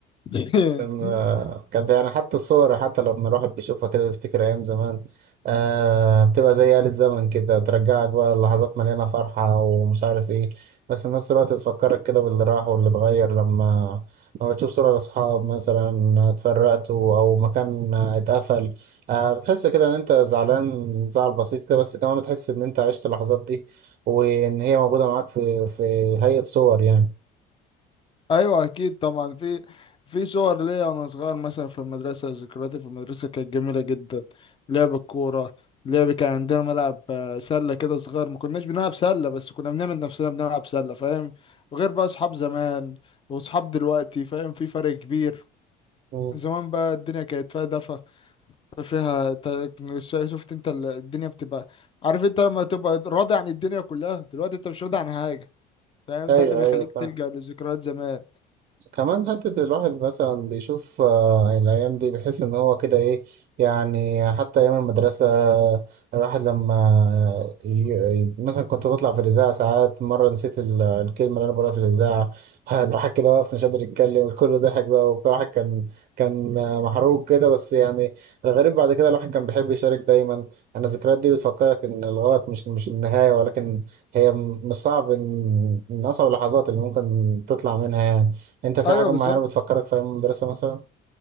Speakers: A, on the left; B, on the right.
A: <laughs>
B: كان كانت يعني حتى الصور حتى لما الواحد بيشوفها كده بيفتكر أيام زمان آه بتبقى زي آلة زمن كده بترجعك بقى لحظات مليانة فرحة ومش عارف إيه بس في نفس الوقت بتفكرك كده باللي راح واللي اتغير لما لما بتشوف صورة لأصحاب مثلا اتفرقتوا أو مكان اتقفل آه بتحس كده إن أنت زعلان زعل بسيط كده بس كمان بتحس إن أنت عشت اللحظات دي وإن هي موجودة معاك في في هيئة صور يعني.
A: ايوه اكيد طبعا في في صور ليا وانا صغير مثلا في المدرسه ذكرياتي في المدرسه كانت جميله جدا لعب الكوره لعب كان عندنا ملعب آه، سله كده صغير ما كناش بنلعب سله بس كنا بنعمل نفسنا بنلعب سله فاهم وغير بقى اصحاب زمان واصحاب دلوقتي فاهم في فرق كبير
B: مم.
A: زمان بقى الدنيا كانت فيها دفى فيها تا- شا- شفت انت ال- الدنيا بتبقى عارف انت لما تبقى راضي عن الدنيا كلها دلوقتي انت مش راضي عن حاجه فاهم
B: ايوه
A: ده اللي بيخليك
B: ايوه فاهم
A: تلجأ لذكريات زمان
B: كمان حتة الواحد مثلا بيشوف آه، الأيام دي بيحس إن هو كده إيه يعني حتى أيام المدرسة الواحد لما ي... ي- مثلا كنت بطلع في الإذاعة ساعات مرة نسيت ال- الكلمة اللي أنا بقولها في الإذاعة <laughs> الواحد كده واقف مش قادر يتكلم الكل ضحك بقى وكل واحد كان كان آه، محروق كده بس يعني الغريب بعد كده الواحد كان بيحب يشارك دايما أنا الذكريات دي بتفكرك إن الغلط مش مش النهاية ولكن هي م- مش صعب إن من أصعب اللحظات اللي ممكن تطلع منها يعني انت في
A: ايوه
B: حاجة
A: بالظبط
B: معينة بتفكرك في ايام المدرسة مثلا؟